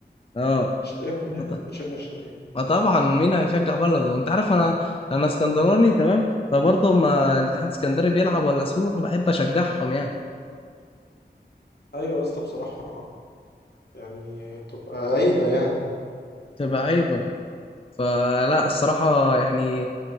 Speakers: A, on the left (about 30°); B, on the left (about 65°).
A: اه
B: الشرقية كلها
A: ما ط-
B: كانت بتشجع الشرقية
A: ما طبعا مين هيشجع بلده انت عارف انا انا اسكندراني تمام فبرضه اما الاتحاد الاسكندري بيلعب ولا سموحة بحب اشجعهم يعني
B: أيوة يا اسطى بصراحة يعني تبقى عيبة يعني
A: تبقى عيبة فلا الصراحة يعني